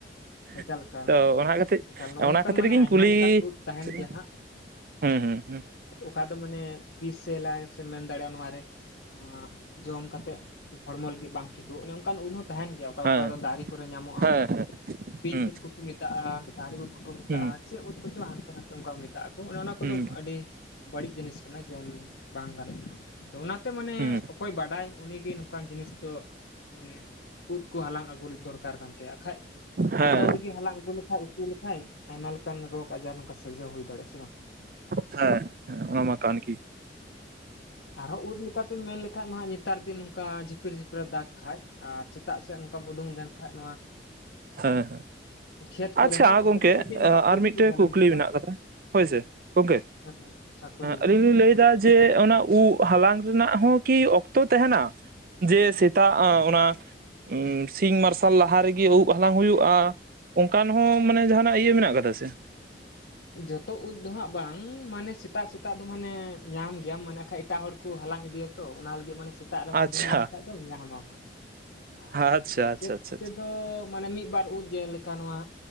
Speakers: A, on the right; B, on the left.
A: ᱾
B: ᱮᱠᱟᱞ ᱮᱠᱟᱞ
A: ᱛᱚ ᱚᱱᱟ ᱠᱷᱟᱹᱛᱤᱨ
B: ᱮᱠᱟᱞ ᱱᱚᱜᱼᱚ
A: ᱚᱱᱟ
B: ᱱᱚᱝᱠᱟᱱ
A: ᱠᱷᱟᱹᱛᱤᱨ
B: ᱢᱟᱱᱮ
A: ᱜᱤᱧ
B: ᱟᱭᱢᱟ
A: ᱠᱩᱞᱤ
B: ᱞᱮᱠᱟᱱ ᱩᱫ ᱛᱟᱦᱮᱱ
A: ᱠᱮᱫᱟ᱾
B: ᱜᱮᱭᱟ ᱦᱟᱸᱜ
A: ᱦᱮᱸ ᱦᱩᱸ ᱦᱩᱸ᱾
B: ᱚᱠᱟ ᱫᱚ ᱢᱟᱱᱮ ᱵᱤᱥ ᱥᱮ ᱮᱞᱟ ᱥᱮᱢ ᱢᱮᱱ ᱫᱟᱲᱮᱭᱟᱜᱼᱟ ᱱᱚᱣᱟ ᱨᱮ᱾ ᱱᱚᱣᱟ ᱡᱚᱢ ᱠᱟᱛᱮᱜ ᱦᱚᱲᱢᱚ ᱞᱟᱹᱜᱤᱫ ᱵᱟᱝ ᱴᱷᱤᱠᱚᱜ ᱚᱱᱮ ᱚᱱᱠᱟᱱ ᱩᱫ ᱦᱚᱸ ᱛᱟᱦᱮᱱ ᱜᱮᱭᱟ᱾ ᱚᱠᱟ
A: ᱦᱮᱸ
B: ᱚᱠᱟ ᱫᱚ ᱫᱟᱨᱮ ᱠᱚᱨᱮ ᱧᱟᱢᱚᱜᱼᱟ
A: ᱦᱮᱸ
B: ᱾ ᱵᱤᱧ
A: ᱦᱮᱸ
B: ᱩᱫ ᱠᱚᱠᱚ ᱢᱮᱛᱟᱜᱼᱟ ᱫᱟᱨᱮ ᱩᱫ ᱠᱚᱠᱚ ᱢᱮᱛᱟᱜᱼᱟ
A: ᱦᱩᱸ
B: ᱪᱮᱫ ᱩᱫ ᱠᱚᱪᱚ ᱦᱟᱱᱛᱮ ᱱᱟᱛᱮ ᱚᱱᱠᱟ ᱢᱮᱛᱟᱜᱼᱟ᱾ ᱚᱱᱮ ᱚᱱᱟ ᱠᱚᱫᱚ
A: ᱦᱩᱸ
B: ᱟᱹᱰᱤ ᱵᱟᱹᱲᱤᱡ ᱡᱤᱱᱤᱥ ᱠᱟᱱᱟ ᱡᱚᱢ ᱵᱟᱝ ᱜᱟᱱᱚᱜᱼᱟ ᱟᱫᱚ ᱚᱱᱟᱛᱮ ᱢᱟᱱᱮ
A: ᱦᱩᱸ
B: ᱚᱠᱚᱭ ᱵᱟᱰᱟᱭ ᱩᱱᱤ ᱜᱮ ᱱᱚᱝᱠᱟᱱ ᱫᱚ ᱢᱟᱱᱮ ᱩᱫ ᱠᱚ ᱦᱟᱞᱟᱝ ᱟᱹᱜᱩ ᱫᱚᱨᱠᱟᱨ ᱠᱟᱱ ᱛᱟᱭᱟ ᱠᱷᱟᱡ᱾
A: ᱦᱮᱸ
B: ᱟᱹᱛᱷᱟᱹᱣᱲᱤ ᱜᱮ ᱦᱟᱞᱟᱝ ᱟᱹᱜᱩ ᱞᱮᱠᱷᱟᱡ ᱩᱛᱩ ᱞᱮᱠᱷᱟᱡ ᱟᱭᱢᱟ ᱞᱮᱠᱟᱱ ᱨᱳᱜᱽ ᱟᱡᱟᱨ ᱱᱚᱝᱠᱟ ᱥᱤᱨᱡᱟᱹᱶ ᱦᱩᱭ ᱫᱟᱲᱮᱭᱟᱜᱼᱟ ᱥᱮ ᱵᱟᱝ᱾
A: ᱦᱮᱸ ᱚᱱᱟ ᱢᱟ ᱠᱟᱱ ᱜᱮ
B: ᱟᱨᱦᱚᱸ ᱩᱫ ᱞᱮᱠᱟ ᱛᱤᱧ ᱢᱮᱱ ᱞᱮᱠᱷᱟᱡ ᱢᱟ ᱱᱮᱛᱟᱨ ᱫᱤᱱ ᱱᱚᱝᱠᱟ ᱡᱷᱤᱯᱤᱨ ᱡᱷᱤᱯᱤᱨᱮ ᱫᱟᱜᱽ ᱠᱷᱟᱡ ᱟᱨ ᱥᱮᱛᱟᱜ ᱥᱮᱫ ᱱᱚᱝᱠᱟᱢ ᱩᱰᱩᱝ ᱞᱮᱱᱠᱟᱱ ᱱᱚᱣᱟ
A: ᱦᱮᱸ ᱦᱮᱸ
B: ᱟᱸ ᱠᱷᱮᱛ ᱠᱚᱨᱮ
A: ᱟᱪᱪᱷᱟ
B: ᱦᱟᱸᱜ
A: ᱜᱚᱝᱠᱮ
B: ᱠᱟᱹᱴᱤᱡ ᱠᱟᱹᱴᱤᱡ ᱱᱚᱝᱠᱟ
A: ᱟᱨ
B: ᱩᱫ
A: ᱢᱤᱫᱴᱮᱱ
B: ᱠᱚ ᱡᱟᱱᱟᱢ
A: ᱠᱩᱠᱞᱤ
B: ᱠᱚᱜᱼᱟ
A: ᱢᱮᱱᱟᱜ ᱟᱠᱟᱫᱟ᱾ ᱦᱳᱭ ᱥᱮ ᱜᱚᱝᱠᱮ
B: ᱦᱮᱸ ᱥᱟᱠᱚᱞᱤ
A: ᱟᱹᱞᱤᱧ ᱞᱤᱧ ᱞᱟᱹᱭ ᱮᱫᱟ ᱡᱮ ᱚᱱᱟ ᱩᱵ ᱦᱟᱞᱟᱝ ᱨᱮᱱᱟᱜ ᱦᱚᱸ ᱠᱤ ᱚᱠᱛᱚ ᱛᱟᱦᱮᱱᱟ᱾ ᱡᱮ ᱥᱮᱛᱟᱜ ᱚᱱᱟ ᱥᱤᱧ ᱢᱟᱨᱥᱟᱞ ᱞᱟᱦᱟ ᱨᱮᱜᱮ ᱩᱵ ᱦᱟᱞᱟᱝ ᱦᱩᱭᱩᱜᱼᱟ᱾ ᱚᱱᱠᱟᱱ ᱦᱚᱸ ᱢᱟᱱᱮ ᱡᱟᱦᱱᱟᱜ ᱤᱭᱟᱹ ᱢᱮᱱᱟᱜ ᱟᱠᱟᱫᱟ ᱥᱮ᱾
B: ᱡᱚᱛᱷᱚ ᱩᱫ ᱫᱚ ᱦᱟᱸᱜ ᱵᱟᱝ ᱢᱟᱱᱮ ᱥᱮᱛᱟᱜ ᱥᱮᱛᱟᱜ ᱫᱚ ᱢᱟᱱᱮ ᱧᱟᱢ ᱜᱮᱭᱟᱢ ᱢᱟᱱᱮ ᱠᱷᱟᱡ ᱮᱴᱟᱜ ᱦᱚᱲ ᱠᱚ ᱦᱟᱞᱟᱝ ᱤᱫᱤᱭᱟ᱾ ᱛᱚ ᱚᱱᱟ ᱞᱟᱹᱜᱤᱫ ᱢᱟᱱᱮ ᱥᱮᱛᱟᱜ ᱨᱮᱢ
A: ᱟᱪᱪᱷᱟ
B: ᱩᱰᱩᱝᱠ ᱞᱮᱱ ᱠᱷᱟᱡ ᱫᱚ ᱧᱟᱢ ᱟᱢ ᱦᱟᱸᱜ᱾ ᱟᱨ
A: ᱟᱪᱪᱷᱟ
B: ᱤᱧ
A: ᱟᱪᱪᱷᱟ
B: ᱥᱮᱫ
A: ᱟᱪᱪᱷᱟ ᱟᱪᱪᱷᱟ
B: ᱛᱮᱫᱚ ᱢᱟᱱᱮ ᱢᱤᱫ ᱵᱟᱨ ᱩᱫ ᱡᱮᱞᱮᱠᱟ ᱱᱚᱣᱟ